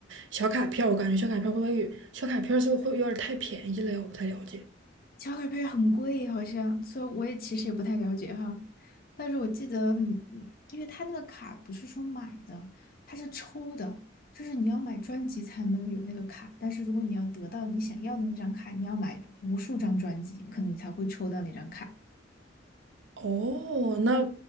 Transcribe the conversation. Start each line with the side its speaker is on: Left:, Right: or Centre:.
Right: 小卡片儿，我感觉小卡片儿会不会小卡片儿是不是会有点儿太便宜了呀？我不太了解。
Left: 小卡力配很贵，好像，所以我也其实也不太了解哈。但是我记得，嗯，嗯因为他那个卡不是说买的，它是抽的，就是你要买专辑才能有那个卡。但是如果你要得到你想要的那张卡，你要买无数张专辑，可能你才会抽到那张卡。
Right: 哦，那